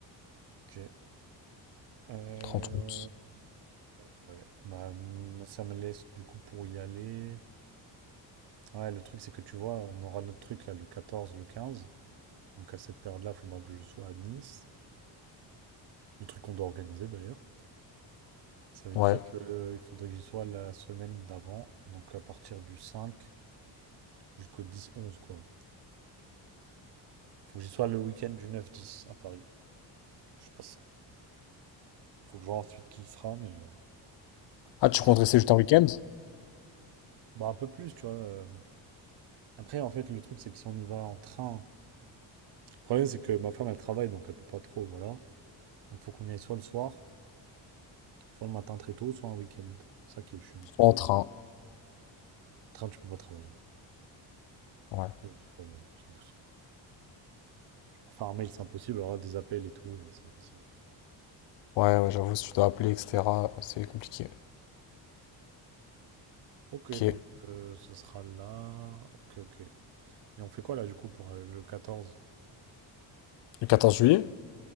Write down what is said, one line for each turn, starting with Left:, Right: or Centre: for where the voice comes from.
Right: Ok. Euh,
Left: Trente août.
Right: euh, ouais. Bah, mm, ça me laisse du coup pour y aller. Ouais, le truc, c'est que tu vois, on aura notre truc là le 14 le quinze Donc à cette période-là, il faudra que je sois à Nice. Le truc qu'on doit organiser d'ailleurs. Ça veut
Left: Ouais.
Right: dire que, euh, il faudrait que j'y sois la semaine d'avant. Donc à partir du 5 jusqu'au dix onze quoi. Faut que j'y sois le week-end du neuf dix à Paris. Je sais pas si Faut que je vois ensuite qui y sera, mais euh,
Left: Ah,
Right: après,
Left: tu
Right: s'il
Left: comptes
Right: y a-
Left: rester juste un week-end?
Right: bah, un peu plus, tu vois. euh. Après, en fait, le truc, c'est que si on y va en train, le problème, c'est que ma femme, elle travaille, donc elle peut pas trop, voilà. Donc, faut qu'on y aille soit le soir, soit le matin très tôt, soit un week-end. C'est ça qui est chiant.
Left: en train.
Right: Train, tu peux pas travailler.
Left: Ouais.
Right: Euh, c'est pas vrai, c'est impossible. Pour faire un mail, c'est impossible. Alors là, des appels et tout, euh, c'est impossible.
Left: Ouais, ouais, j'avoue, si tu dois appeler, etc., c'est compliqué.
Right: Ok,
Left: Ok.
Right: donc euh, ce sera là. Ok, ok. Et on fait quoi là, du coup, pour euh, le 14,
Left: Le 14 juillet?